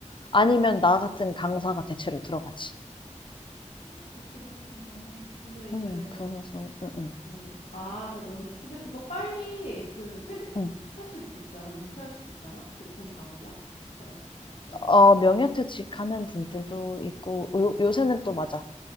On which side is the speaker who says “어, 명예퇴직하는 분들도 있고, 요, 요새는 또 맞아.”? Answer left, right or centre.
Left